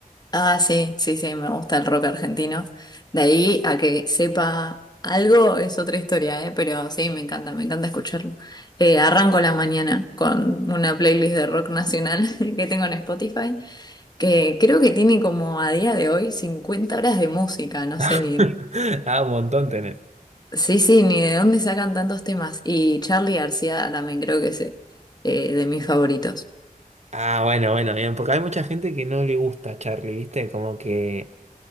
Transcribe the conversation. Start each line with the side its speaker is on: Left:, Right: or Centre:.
Left: Ah, sí, sí, sí, me gusta el rock argentino. De ahí a que sepa algo es otra historia, ¿eh? Pero sí, me encanta, me encanta escucharlo. Eh, arranco la mañana con una playlist de rock nacional <laughs> que tengo en Spotify, que creo que tiene como a día de hoy 50 horas de música, no sé
Right: <laughs>
Left: ni...
Right: Ah, un montón tenés.
Left: Sí, sí, ni de dónde sacan tantos temas. Y Charly García también creo que es eh, de mis favoritos.
Right: Ah, bueno, bueno, bien, porque hay mucha gente que no le gusta Charlie, ¿viste? Como que